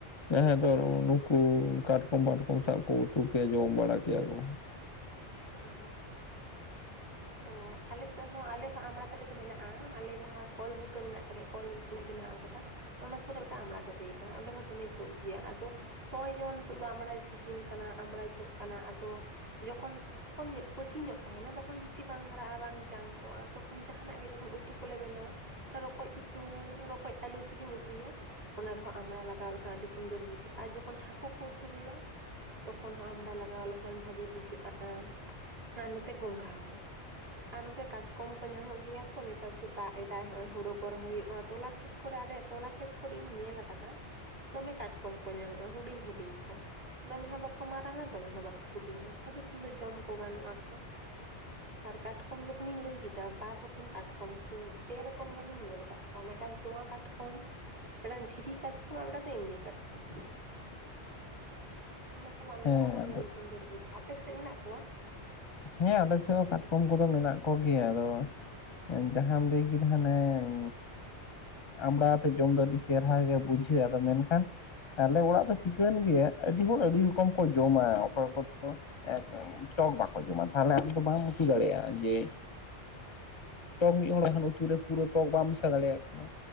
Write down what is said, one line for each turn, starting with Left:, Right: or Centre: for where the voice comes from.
Left: ᱦᱮᱸ ᱟᱫᱚ ᱱᱩᱠᱩ ᱠᱟᱴᱠᱚᱢ ᱵᱟᱴᱠᱚᱢ ᱥᱟᱜ ᱠᱚ ᱩᱛᱩ ᱠᱮᱭᱟ, ᱡᱚᱢ ᱵᱟᱲᱟ ᱠᱮᱭᱟ ᱠᱚ᱾
Right: ᱦᱩᱸ᱾ ᱚ ᱟᱞᱮᱥᱮᱜ ᱦᱚᱸ ᱟᱞᱮ ᱦᱚᱸ ᱟᱢᱲᱟ ᱫᱟᱨᱮ ᱫᱚ ᱢᱮᱱᱟᱜ-ᱟ, ᱟᱞᱮ ᱡᱟᱦᱟᱸ ᱠᱚᱞ ᱵᱩᱴᱟᱹ ᱢᱮᱱᱟᱜ ᱛᱟᱞᱮᱭᱟ ᱠᱚᱞ ᱞᱮ ᱵᱮᱱᱟᱣ ᱠᱟᱫᱟ᱾ ᱚᱱᱟ ᱥᱩᱨ ᱨᱮ ᱢᱤᱫᱴᱟᱝ ᱟᱢᱲᱟ ᱫᱟᱨᱮ ᱟᱠᱟᱱᱟ, ᱚᱸᱰᱮ ᱦᱚᱸ ᱫᱚᱢᱮ ᱡᱚᱜ ᱜᱮᱭᱟ, ᱟᱫᱚ ᱦᱚᱸᱜ-ᱚᱭ ᱡᱮᱢᱚᱱ ᱱᱤᱛᱚᱜ ᱫᱚ ᱟᱢᱲᱟᱭ ᱥᱤᱡᱤᱱ ᱠᱟᱱᱟ, ᱟᱢᱲᱟ ᱡᱚᱜ ᱠᱟᱱᱟ ᱟᱫᱚ ᱡᱚᱠᱷᱚᱱ ᱦᱚᱯᱚᱱ ᱧᱚᱜ ᱠᱩᱪᱤ ᱧᱚᱜ ᱛᱟᱦᱮᱸᱱᱟ ᱛᱚᱠᱷᱚᱱ ᱵᱮᱥᱤ ᱵᱟᱝ ᱦᱟᱨᱟᱜ-ᱟ, ᱵᱟᱝ ᱡᱟᱝ ᱠᱚᱜ-ᱟ ᱛᱚᱠᱷᱚᱱ ᱡᱟᱦᱟᱸᱱᱟᱜ ᱜᱮ ᱡᱚᱠᱷᱚᱱ ᱩᱛᱩ ᱠᱚᱞᱮ ᱵᱮᱱᱟᱣᱟ ᱨᱚᱠᱚᱡ ᱩᱛᱩ, ᱨᱚᱠᱚᱡ ᱟᱹᱞᱩ ᱡᱩᱫᱤᱢ ᱩᱛᱩᱭᱟ ᱚᱱᱟ ᱨᱮᱦᱚᱸ ᱟᱢᱲᱟ ᱞᱟᱜᱟᱣ ᱞᱮᱠᱷᱟᱱ ᱟᱹᱰᱤ ᱥᱩᱱᱫᱚᱨ ᱵᱩᱡᱷᱟᱹᱜ-ᱟ, ᱟᱨ ᱡᱚᱠᱷᱚᱱ ᱦᱟᱹᱠᱩ ᱠᱚ ᱩᱛᱩ ᱦᱩᱭᱩᱜ-ᱟ ᱛᱚᱠᱷᱚᱱ ᱦᱚᱸ ᱟᱢᱲᱟ ᱞᱟᱜᱟᱣ ᱞᱮᱠᱷᱟᱱ ᱵᱷᱟᱹᱜᱤ ᱵᱩᱡᱷᱟᱹᱜ-ᱟ, ᱟᱨ ᱱᱚᱛᱮ ᱜᱚᱝᱜᱷᱟ ᱦᱚᱸ᱾ ᱟᱨ ᱱᱚᱛᱮ ᱠᱟᱴᱠᱚᱢ ᱠᱚ ᱧᱟᱢᱚᱜ ᱜᱮᱭᱟ ᱛᱚ, ᱱᱮᱛᱟᱨ ᱫᱚ ᱫᱟᱜ ᱮᱫᱟᱭ ᱦᱚᱜ-ᱚᱭ ᱦᱩᱲᱩ ᱠᱚ ᱨᱚᱦᱚᱭ ᱦᱩᱭᱩᱜ ᱠᱟᱱᱟ ᱛᱚᱞᱟ ᱠᱷᱮᱛ ᱠᱚᱨᱮ ᱟᱞᱮᱭᱟᱜ ᱛᱚᱞᱟ ᱠᱷᱮᱛ ᱠᱚᱨᱮ ᱤᱧ ᱧᱮᱞ ᱟᱠᱟᱫᱟ᱾ ᱫᱚᱢᱮ ᱠᱟᱴᱠᱚᱢ ᱠᱚ ᱧᱟᱢᱚᱜ-ᱟ ᱦᱩᱰᱤᱧ ᱦᱩᱰᱤᱧ ᱠᱚ᱾ ᱫᱚᱢᱮ ᱦᱚᱸ ᱵᱟᱠᱚ ᱢᱟᱨᱟᱝᱟ, ᱫᱚᱢᱮ ᱦᱚᱸ ᱵᱟᱠᱚ ᱦᱩᱰᱤᱧᱟ, ᱵᱷᱟᱜᱮ ᱥᱩᱱᱫᱚᱨ ᱡᱚᱢ ᱠᱚ ᱜᱟᱱᱚᱜ-ᱟᱠᱚ᱾ ᱟᱨ ᱠᱟᱴᱠᱚᱢ ᱡᱚᱠᱷᱚᱱᱤᱧ ᱞᱟᱹᱭ ᱠᱮᱫᱟ, ᱵᱟᱨ ᱨᱚᱠᱚᱢ ᱠᱟᱴᱠᱚᱢ, ᱯᱮ ᱨᱚᱠᱚᱢ ᱜᱟᱱᱤᱧ ᱧᱮᱞ ᱟᱠᱟᱫ ᱚ ᱢᱮᱴᱟᱝ ᱛᱳᱣᱟ ᱠᱟᱴᱠᱚᱢ᱾ ᱢᱤᱴᱟᱝ ᱫᱷᱤᱨᱤᱨ ᱠᱟᱴᱠᱚᱢ, ᱟᱨ ᱢᱤᱴᱟᱝ ᱫᱚ ᱮᱢᱱᱤ ᱠᱟᱴᱠᱚᱢ᱾ ᱚᱱᱟ ᱥᱟᱞᱟᱜ ᱢᱮᱥᱟ
Left: ᱦᱮᱸ
Right: ᱦᱚᱸ
Left: ᱟᱫᱚ
Right: ᱵᱷᱟᱜᱮ ᱥᱩᱱᱫᱚᱨ ᱵᱩᱡᱷᱟᱹᱜ-ᱟ, ᱟᱯᱮ ᱥᱮᱫ ᱢᱮᱱᱟᱜ ᱠᱚᱣᱟ?
Left: ᱦᱮᱸ ᱟᱞᱮ ᱥᱮᱜ ᱦᱚᱸ ᱠᱟᱴᱠᱚᱢ ᱠᱚᱫᱚ ᱢᱮᱱᱟᱜ ᱠᱚᱜᱮᱭᱟ, ᱟᱫᱚ ᱮᱱ ᱡᱟᱦᱟᱸᱢ ᱞᱟᱹᱭ ᱠᱮᱫᱟ ᱦᱟᱱᱮᱻ ᱾ ᱟᱢᱲᱟ ᱟᱛᱮᱫ ᱡᱚᱢ ᱫᱚ ᱟᱹᱰᱤ ᱪᱮᱨᱦᱟ ᱜᱮ ᱵᱩᱡᱷᱟᱹᱜ-ᱟ, ᱟᱫᱚ ᱢᱮᱱᱠᱷᱟᱱ ᱟᱞᱮ ᱚᱲᱟᱜ ᱫᱚ ᱪᱤᱠᱟᱹᱱ ᱜᱮᱭᱟ ᱟᱹᱰᱤ ᱦᱚᱲ ᱟᱹᱰᱤ ᱨᱚᱠᱚᱢ ᱠᱚ ᱡᱚᱢᱟ᱾ ᱚᱠᱚᱭ ᱠᱚᱫᱚ ᱴᱚᱞ ᱵᱟᱝ ᱠᱚ ᱡᱚᱢᱟ, ᱛᱟᱦᱚᱸᱞᱮ ᱟᱢ ᱫᱚ ᱵᱟᱢ ᱩᱛᱩ ᱫᱟᱲᱮᱭᱟᱜ-ᱟ ᱡᱮ ᱴᱚᱠ ᱢᱤᱫ ᱦᱚᱲ ᱠᱷᱟᱱ ᱩᱛᱩᱨᱮ ᱯᱩᱨᱟᱹ ᱴᱚᱠ ᱵᱟᱢ ᱢᱮᱥᱟ ᱫᱟᱲᱮᱭᱟᱜ ᱠᱟᱱᱟ᱾